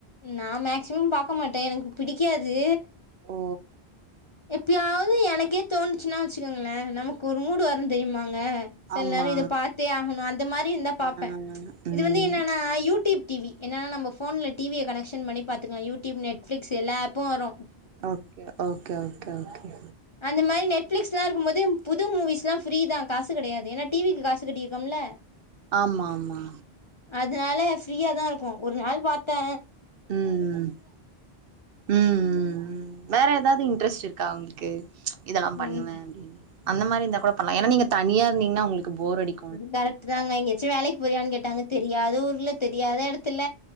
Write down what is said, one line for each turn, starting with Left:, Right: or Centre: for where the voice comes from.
Left: நான் மக்சிமம் பாக்க மாட்டே எனக்கு பிடிக்காது
Right: ஓ
Left: எப்பயாது எனக்கே தோணச்சுன்னா வச்சுக்கங்கள நமக்கு ஒரு மூடு வரு தெரிமாங்க செல
Right: ஆமா
Left: நேரோ இத பாத்தே ஆகணு அந்த மாரி இருந்தா பாப்ப
Right: ஆ
Left: இது
Right: ம்
Left: வந்து என்னன்னா யூடிப் டி வி என்னன்னா நம்ம போன்ல டி வி ய கனெக்ஷன் பண்ணி பாத்துகலா யுடியூப் நெட்ப்ளிக்ஸ் எல்லா அப்பு வரு
Right: ஓகே ஓகே ஓகே ஓகே
Left: அந்த மாரி நெட்ப்ளிக்ஸ்லா இருக்கும் போது புது மூவிஸ்ல்லா ஃப்ரீ தா காசு கெடையாது ஏன்னா டிவிக்கு காசு கெட்டியிருக்கோம்ல அ
Right: ஆமாமா
Left: அதுனால ஃப்ரீயா தா இருக்கு ஒரு நாள் பாத்த
Right: ம் ம் ம் ம் ம் வேற எதாது இன்ட்ரெஸ்ட் இருக்கா உங்களுக்கு இதெல்லா
Left: ம்
Right: பண்ணுவ அப்டின்னு அந்த மாரி இருந்தா கூட பன்லா ஏன்னா நீங்க தனியா இருந்தீங்கன்னா உங்களுக்கு போர் அடிக்
Left: அது கரெக்ட் தாங்க எங்கயாச்சு வேலைக்கு போரியான் கேட்டாங்க தெரியாத ஊர்ல தெரியாத எடத்துல